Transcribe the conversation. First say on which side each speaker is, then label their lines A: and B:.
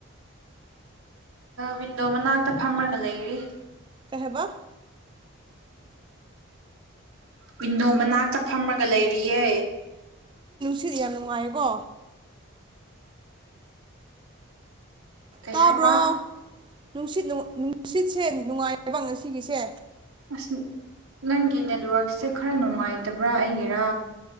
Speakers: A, on the right; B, on the right.
A: ꯋꯤꯟꯗꯣ ꯃꯅꯥꯛꯇ ꯐꯝꯃꯒ ꯂꯩꯔꯤ
B: ꯀꯩꯍꯥꯏꯕ
A: ꯋꯤꯟꯗꯣ ꯃꯅꯥꯛꯇ ꯐꯝꯃꯒ ꯂꯩꯔꯤꯌꯦ
B: ꯁꯤꯗꯤ ꯌꯥꯝ ꯅꯨꯡꯉꯥꯏꯀꯣ
A: ꯀꯩ
B: ꯇꯥꯕ꯭ꯔꯣ
A: ꯍꯥꯏꯕ
B: ꯅꯨꯡꯁꯤꯠ ꯅꯨꯡꯁꯤꯠꯁꯦ ꯅꯨꯡꯉꯥꯏꯌꯦꯕ ꯉꯁꯤꯒꯤꯁꯦ
A: ꯑꯁ ꯅꯪꯒꯤ ꯅꯦꯠꯋꯛꯁꯦ ꯈꯔ ꯅꯨꯡꯉꯥꯏꯇꯕ꯭ꯔꯥ ꯑꯩꯒꯤꯔꯥ